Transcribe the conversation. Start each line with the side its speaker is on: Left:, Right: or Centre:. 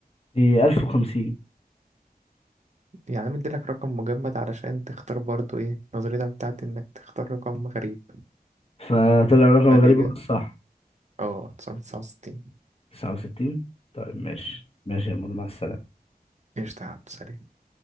Left: دي 1050
Right: يعني مديلك رقم مجمد علشان تختار برضو ايه نظريتك بتاعت انك تختار رقم غريب
Left: فطلع رقم
Right: فالإجابة
Left: غريب هو الصح
Right: اه تسعمية تسعة وستين
Left: 69 طيب ماشي ماشي يا مول مع السلامه
Right: قشطة يا عبد السلام